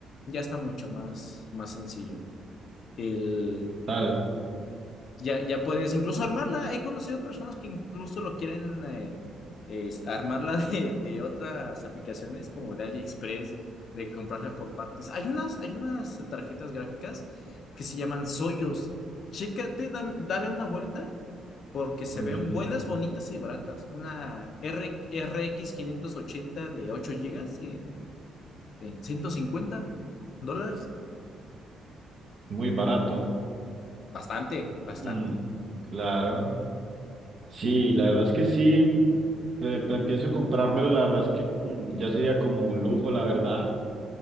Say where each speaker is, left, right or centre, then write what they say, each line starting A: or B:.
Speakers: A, on the left; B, on the right.
A: ya está mucho más, más sencillo. El,
B: tal,
A: ya, ya puedes incluso armarla. He conocido personas que incluso lo quieren eh, es armarla <laughs> de, de otras aplicaciones como de AliExpress, de comprarla por partes. Hay unas, hay unas tarjetas gráficas que se llaman Soyos. Chécate, dam- dale una vuelta porque se
B: oye,
A: ven buenas, bonitas y baratas. Una R- RX quinientos ochenta de 8 gigas en, en ciento cincuenta dólares.
B: muy barato.
A: Bastante, bastante.
B: Mm, claro. Sí, la verdad es que sí. Eh, pla- pienso comprármelo, la verdad es que como- ya sería como un lujo, la verdad,